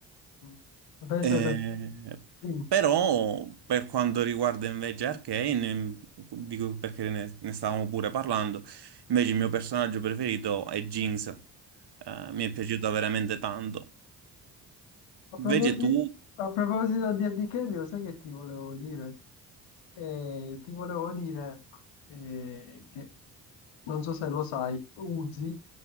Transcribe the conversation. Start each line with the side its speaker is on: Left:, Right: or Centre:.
Left: Mm. Invece
Right: Eh,
Left: per... dimmi.
Right: però per quanto riguarda invece Arcane, mhmm, dico perché ne, ne stavamo pure parlando, invece il mio personaggio preferito è Jinx. Eh, mi è piaciuta veramente tanto.
Left: A proposito,
Right: Invece tu,
Left: a proposito di Andy Carry, lo sai che ti volevo dire? Eh, ti volevo dire eh, che, non so se lo sai, Uzi,